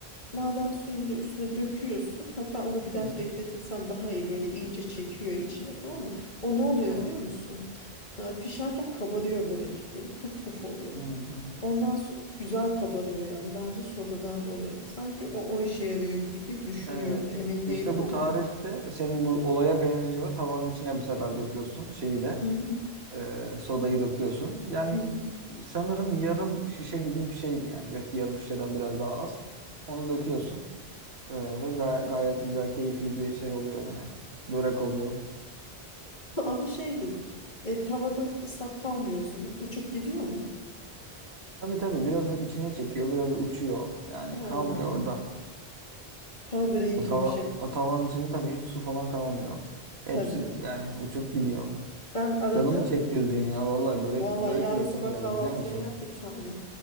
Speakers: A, on the left; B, on the right.
A: maden suyunu da üstüne döküyorsun. Hatta onu biraz
B: Hı hı.
A: bekletirsen daha iyi böyle iyice çekiyor içine tamam mı? O ne oluyor
B: Evet.
A: biliyor musun? Ee, pişerken kabarıyor börek. Böyle puf puf oluyor.
B: Hı hı hı.
A: Ondan sonra güzel kabarıyor yani bence sodadan dolayı. Sanki o o işe yarıyor gibi düşünüyorum.
B: Evet.
A: Emin değilim
B: İşte bu
A: ama.
B: tarifte senin bu olaya benziyor. Tavanın içine bu sefer döküyorsun şeyi de.
A: Hı hı,
B: e, sodayı döküyorsun. Yani
A: hı hı.
B: sanırım yarım şişe gibi bir şeydi yani. Belki yarım şişeden biraz daha az. Onu döküyorsun. E, ve ga- gayet güzel, keyifli bir şey oluyor yani. Börek oluyor.
A: Ama şeydi, e, tavada ıslak kalmıyor o zaman. Uçup gidiyor mu?
B: Tabii tabii biraz da içine çekiyor, biraz da uçuyor. Yani
A: Ha.
B: kalmıyor orada.
A: Tava böreği
B: O,
A: gibi
B: tava,
A: bir şey.
B: o tavanın içinde tabii hiç su falan kalmıyor. Hepsi
A: Tabii.
B: yani uçup gidiyor.
A: Ben arada
B: Canımı çektirdin ya. Vallahi börek
A: valla
B: börek
A: yarın
B: yiyesim
A: sabah
B: geldi
A: kahvaltıya
B: biliyor musun?
A: yap bir tane.